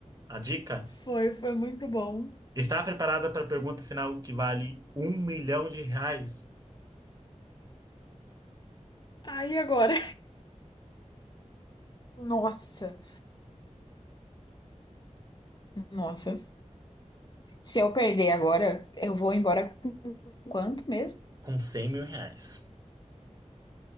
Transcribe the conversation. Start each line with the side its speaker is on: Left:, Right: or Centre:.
Right: a dica?
Left: Foi, foi muito bom.
Right: Está preparada para a pergunta final que vale um milhão de reais
Left: Ai, e agora? Nossa, nossa. Se eu perder agora, eu vou embora com quanto mesmo?
Right: com cem mil reais?